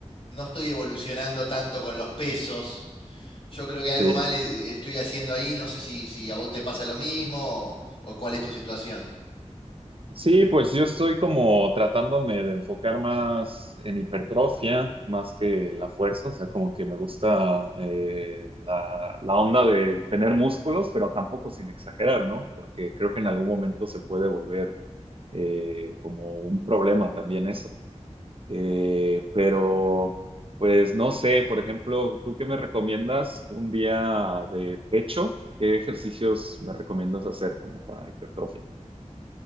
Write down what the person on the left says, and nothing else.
no estoy evolucionando tanto con los pesos. Yo creo que algo
mal eh, estoy haciendo ahí, no sé si, si a vos te pasa lo mismo o, o cuál es tu situación.